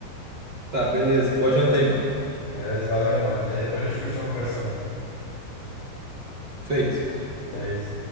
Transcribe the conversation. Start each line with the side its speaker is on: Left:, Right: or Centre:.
Right: Tá, beleza. Boa janta aí, meu.
Left: Beleza? Valeu, mano. Daí depois a gente continua conversando.
Right: Feito.
Left: Feito.